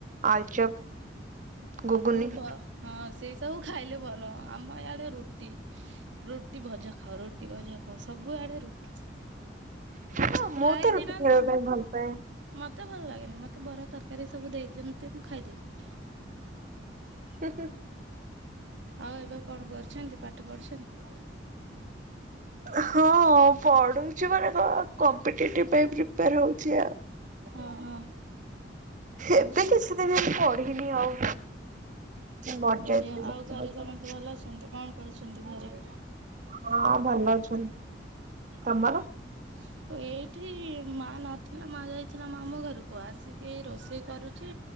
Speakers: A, on the right; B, on the right.
A: ଆଳୁଚପ।
B: ସକାଳୁ
A: ଘୁଗୁନି।
B: ଭ ହଁ ସେଇ ସବୁ ଖାଇଲେ ଭଲ ଆମ ଇଆଡେ ରୁଟି ରୁଟି ଭଜା ଖାଅ ରୁଟି ଭଜା ଖାଅ ସବୁଆଡେ ରୁଟି।
A: ହଁ
B: ପ୍ରାଏ
A: ମୁଁ ତ
B: ଦିନତ
A: ରୁଟି ଖାଇବା ପାଇଁ ଭଲ ପାଏ।
B: ମତେ ଭଲ ଲାଗେନି ମତେ ବରା ତରକାରୀ ସବୁ ଦେଇଦିଅନ୍ତେ ମୁଁ ଖାଇ ଦେବି।
A: <inaudible>
B: ଆଉ ଏବେ ଆଉ କଣ କରୁଛନ୍ତି ପାଠ ପଢୁଛନ୍ତି?
A: ହଁ ପଢୁଛି ମାନେ କଣ କଂପିଟେଟିଭ ପାଇଁ ପ୍ରିପାର ହଉଛି। ଆଉ।
B: ହଁ ହଁ।
A: ଏବେ କିଛି ଦିନ ପଢିନି ଆଉ। ମରିଯାଇଥିଲି
B: ବଢିଆ
A: ଯାଇଥିଲି
B: ଆଉ ଘରେ
A: କୁଆଡେ।
B: ସମସ୍ତେ ଭଲ ଅଛନ୍ତି କଣ କରୁଛନ୍ତି ଘରେ?
A: ହଁ ଭଲ ଅଛନ୍ତି ତମର।
B: <inaudible> ଏଇଠି ମା ନଥିଲା ମା ଯାଇଥିଲା ମାମୁଁ ଘରକୁ ଆସିକି ଏଇ ରୋଷେଇ କରୁଛି।